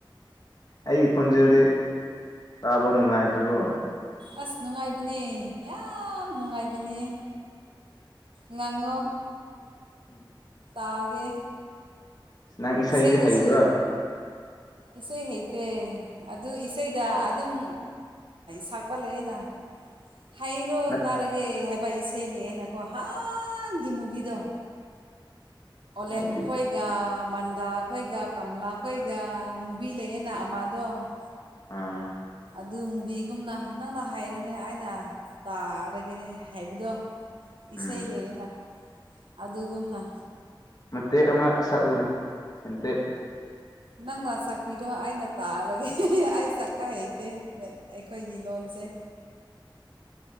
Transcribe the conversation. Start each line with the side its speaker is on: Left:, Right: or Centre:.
Left: ꯑꯩ ꯈꯨꯟꯖꯣꯗꯤ ꯕ ꯅꯨꯡꯉꯥꯏꯗ꯭ꯔꯤꯕꯣ
Right: ꯑꯁ ꯅꯨꯡꯉꯥꯏꯕꯅꯦ ꯌꯥꯝ ꯅꯨꯡꯉꯥꯏꯕꯅꯦ ꯉꯥꯡꯉꯣ
Left: ꯎꯝ
Right: ꯇꯥꯒꯦ
Left: ꯅꯪ ꯏꯁꯩꯗꯤ
Right: ꯏꯁꯩꯗꯁꯨ
Left: ꯍꯩꯕ꯭ꯔꯣ
Right: ꯏꯁꯩ ꯍꯩꯇꯦ ꯑꯗꯨ ꯏꯁꯩꯗ ꯑꯗꯨꯝ ꯁꯛꯄ ꯂꯩꯌꯦꯅ ꯍꯥꯏꯔꯣ
Left: ꯅꯠ
Right: ꯇꯥꯔꯒꯦ ꯍꯥꯏ ꯄꯩꯁꯩ ꯂꯩꯌꯦꯅꯀꯣ ꯍꯒꯤ ꯃꯨꯕꯤꯗꯣ ꯑꯣꯂꯦꯟ
Left: ꯑꯩꯗꯤ
Right: ꯈꯣꯏꯒ ꯃꯟꯗꯥ ꯈꯣꯏꯒ ꯀꯝꯂꯥ ꯈꯣꯏꯒ ꯃꯨꯚꯤ ꯂꯩꯅꯃꯗꯣ
Left: ꯑꯝ
Right: ꯑꯗꯨ ꯃꯨꯚꯤꯒꯨꯝꯅ ꯅꯪꯅ ꯍꯥꯏꯔꯣꯅꯦ ꯑꯩꯅ ꯇꯥꯔꯒꯅꯦ ꯍꯥꯏꯕꯗꯣ ꯏꯁꯩ
Left: ꯎꯝ
Right: ꯂꯩꯅ ꯑꯗꯨꯒꯨꯝꯅ
Left: ꯁꯦꯟꯇꯦꯛ ꯑꯃ ꯁꯛꯎꯅꯦ ꯁꯦꯟꯇꯦꯛ
Right: ꯅꯪꯅ ꯁꯥꯛꯄꯤꯔꯣ ꯑꯩꯅ ꯇꯥꯔꯒꯦ ꯑꯩ ꯁꯛꯄ ꯍꯩꯇꯦ ꯑꯩꯈꯣꯏꯒꯤ ꯂꯣꯟꯗ ꯖꯦ